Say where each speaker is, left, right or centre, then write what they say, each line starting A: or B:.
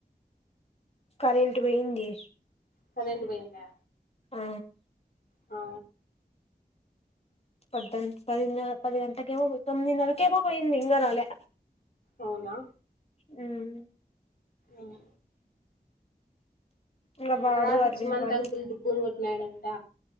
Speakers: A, on the left; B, on the left.
A: కరెంట్ పోయింది
B: కరెంట్పోయిదా
A: ఆ
B: ఆ
A: పద్దన పదిన్నర పది గంటకి పో తొమ్మిదనర్కేమో బోయిది ఇంగా రాలే
B: అవునా
A: మ్మ్
B: ఉమ్
A: ఇంగ వాడు
B: రాత్రి
A: అరవింద్
B: సుమంత్
A: గాడు
B: అంకుల్ దుగ్గును కొట్టినాడంట